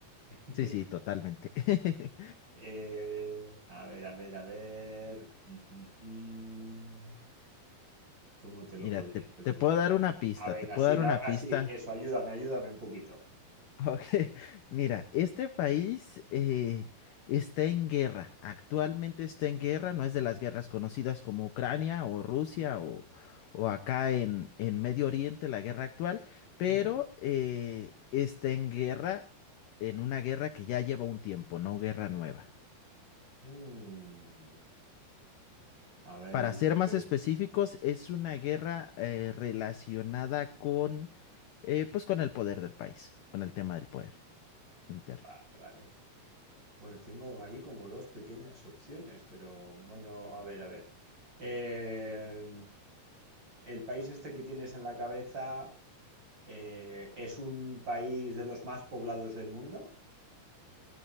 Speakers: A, on the right; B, on the left.
A: <laughs>
B: Sí, sí, totalmente. <laughs>
A: Eh, a ver, a ver, a ver. Mm, mm, mm. ¿Cómo te lo
B: Mira,
A: podría
B: te,
A: preguntar?
B: te puedo dar una pista,
A: A ver,
B: te
A: así,
B: puedo dar
A: dame
B: una
A: así.
B: pista.
A: Eso, ayúdame, ayúdame un poquito.
B: Ok, <laughs> Mira, este país eh, está en guerra, actualmente está en guerra, no es de las guerras conocidas como Ucrania o Rusia
A: Ujú,
B: o, o acá en, en Medio Oriente, la guerra actual, pero
A: ujú.
B: eh, está en guerra, en una guerra que ya lleva un tiempo, no guerra nueva.
A: Mm, A ver,
B: Para
A: yo
B: ser
A: creo
B: más
A: que-
B: específicos, es una guerra eh, relacionada con, eh, pues con el poder del país, con el tema del poder interno.
A: Vale, vale. Bueno, tengo ahí como dos pequeñas opciones, pero bueno, a ver, a ver. Eh, el país este que tienes en la cabeza eh, es un país de los más poblados del mundo.